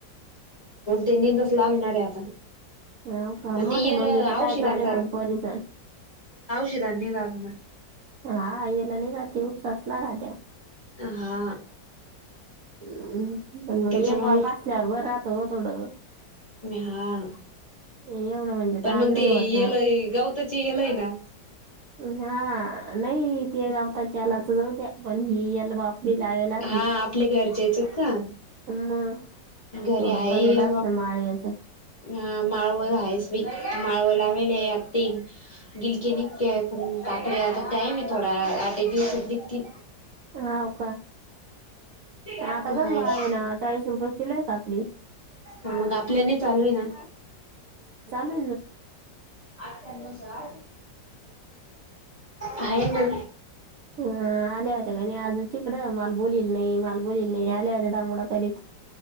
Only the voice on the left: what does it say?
तेनी तसलं आणणार आहे आता.
आणि
ते येल
औषधां
करण.
हा.
त्याच्यामुळे
हा
पण
मग
ते
याला गावत. लना.
हा आपल्या घरच्याच का
घरी
आहे.
हा माळ व आहेस. माळव ला मेले आ ते गिलके निघते पण काकडे आता टाइम आहे थोडा आठ एक दिवसातली ती.
हा
मग आपल्याने चालू आहे ना.
आठ्या्नव सार् आहे म